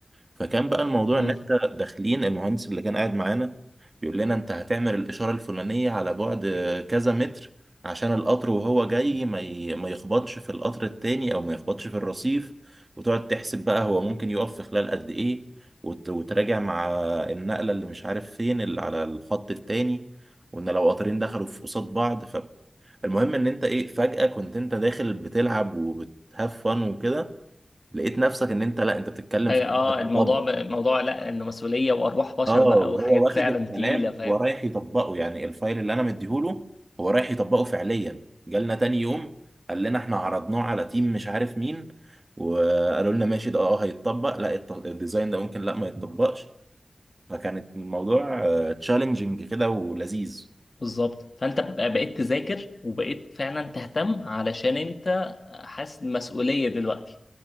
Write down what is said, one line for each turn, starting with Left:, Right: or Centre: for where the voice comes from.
Right: فكان بقى الموضوع
Left: امم
Right: ان انت داخلين المهندس اللي كان قاعد معانا يقول لنا انت هتعمل الاشاره الفلانيه على بعد كذا متر عشان القطر وهو جاي ما ي- ما يخبطش في القطر التاني او ما يخبطش في الرصيف وتقعد تحسب بقى هو ممكن يقف في خلال قد ايه وت- وتراجع مع النقله اللي مش عارف فين اللي على الخط التاني وان لو قطرين دخلوا في قصاد بعض فالمهم ان انت ايه فجاه كنت انت داخل بتلعب وبتهاف فن وكده لقيت نفسك ان انت لا انت بتتكلم
Left: أي-
Right: في حاجه
Left: اه الموضوع ب... الموضوع لا انه مسؤولية وارواح بشر
Right: اه
Left: بقى
Right: وهو
Left: وحاجات
Right: واخد
Left: فعلا
Right: الكلام
Left: تقيلة فاهم
Right: ورايح يطبقه يعني الفايل اللي انا مديهوله هو رايح يطبقه فعليا جالنا تاني يوم قال لنا احنا عرضناه على تيم مش عارف مين وقالوا لنا ماشي ده اه هيتطبق لا الت- الديزاين ده ممكن لا ما يتطبقش فكانت الموضوع تشالنجينج كده ولذيذ
Left: بالظبط فانت بقى- بقيت تذاكر وبقيت فعلا تهتم علشان انت حاسس بمسؤولية دلوقتي